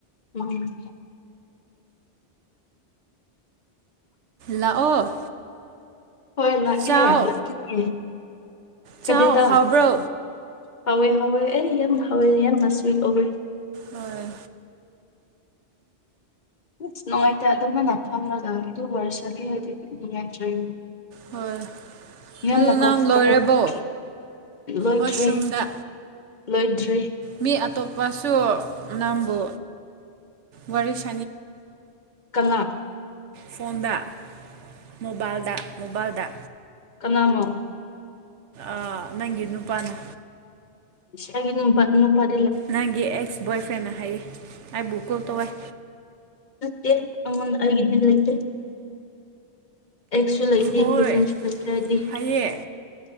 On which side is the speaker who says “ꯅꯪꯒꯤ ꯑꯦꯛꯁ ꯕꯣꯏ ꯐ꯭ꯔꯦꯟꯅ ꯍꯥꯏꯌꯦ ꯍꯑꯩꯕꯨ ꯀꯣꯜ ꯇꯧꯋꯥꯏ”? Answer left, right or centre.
Right